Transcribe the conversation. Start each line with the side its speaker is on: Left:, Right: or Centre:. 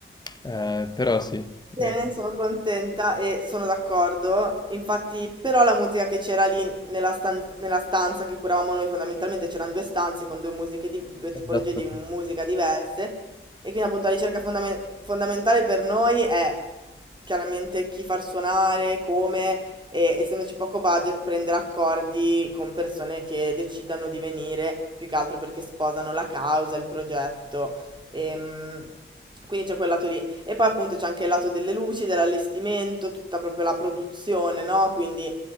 Left: Eh, però sì,
Right: Bene,
Left: eh,
Right: sono contenta e sono d'accordo. Infatti, però la musica che c'era lì nella, stan- nella stanza che curavamo noi, fondamentalmente c'erano due stanze con due musiche di- due
Left: esatto.
Right: tipologie di musica diverse. E quindi appunto la ricerca fondamen- fondamentale per noi è chiaramente chi far suonare, come, e essendoci poco budget, prendere accordi con persone che decidano di venire, più che altro perché sposano la causa, il progetto. Ehm, quindi c'è quel lato lì. E poi appunto c'è anche il lato delle luci, dell'allestimento, tutta proprio la produzione, no? Quindi